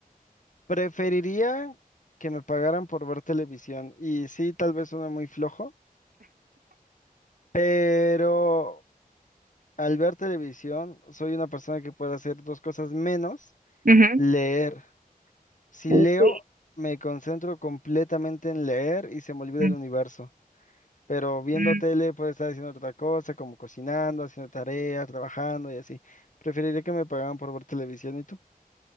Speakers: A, on the left; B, on the right.
A: Preferiría que me pagaran por ver televisión. Y sí, tal vez suena muy flojo, pero al ver televisión, soy una persona que puede hacer dos cosas menos
B: Ujú.
A: leer. Si
B: Uy.
A: leo, me concentro completamente en leer y se me olvida
B: mm,
A: el universo. Pero viendo
B: mm.
A: tele puedo estar haciendo otra cosa, como cocinando, haciendo tareas, trabajando y así. Preferiría que me pagaran por ver televisión y tú.